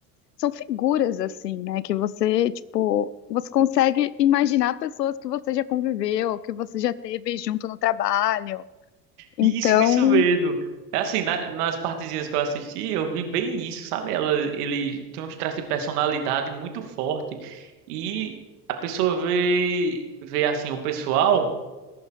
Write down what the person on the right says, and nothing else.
Isso, isso mesmo. É Assim, na- nas partezinhas que eu assisti, eu vi bem isso, sabe? Ela, ele tem uns traços de personalidade muito forte e a pessoa vê, vê assim, o pessoal